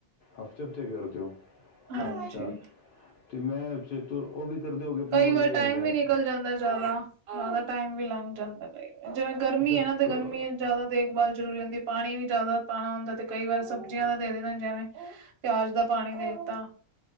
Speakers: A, on the left; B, on the right.
A: ਹਫ਼ਤੇ ਹਫ਼ਤੇ ਕਰਦੇ ਓ।
B: ਹਾਂਜੀ।
A: ਅੱਛਾ ਤੇ ਮੈਂ ਚੇ-ਤ-ਉਹ ਵੀ ਕਰਦੇ ਹੋਗੇ, ਆਪਣੇ
B: ਕਈ
A: ਕੋਲ
B: ਵਾਰ
A: ਇਹ
B: ਟਾਈਮ
A: ਹੁੰਦਾ
B: ਵੀ
A: ਹੇ।
B: ਨਿਕਲ ਜਾਂਦਾ ਜ਼ਿਆਦਾ। ਜ਼ਿਆਦਾ ਟਾਈਮ ਵੀ ਲੰਗ ਜਾਂਦਾ, ਜਿਵੇਂ ਗਰਮੀ
A: ਅੱਛਾ
B: ਹੈ ਨਾ ਤੇ ਗਰਮੀ
A: ਕ
B: ਜ਼ਿਆਦਾ ਦੇਖਭਾਲ ਜ਼ਰੂਰੀ ਹੁੰਦੀ ਹੈ। ਪਾਣੀ ਵੀ ਜ਼ਿਆਦਾ ਪਾਉਣਾ ਹੁੰਦਾ ਤੇ ਕਈ ਵਾਰ ਸਬਜ਼ੀਆਂ ਦਾ ਦੇ ਦੇਣਾ, ਜਿਵੇਂ ਪਿਆਜ ਦਾ ਪਾਣੀ ਦੇ ਦਿੱਤਾ।